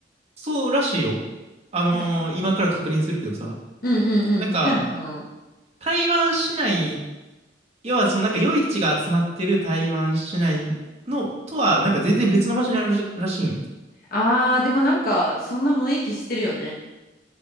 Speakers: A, on the right (about 35°); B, on the left (about 55°).
A: そうらしいよ。あのー今から確認するけどさ、
B: はいうんうんうん。
A: なんか、
B: そしたやな。
A: 台湾市内、要はそのなんか夜市が集まってる台湾市内のとは、なんか全然別の場所にあるらしいんよ。
B: あー、でもなんか、そんな雰囲気してるよね。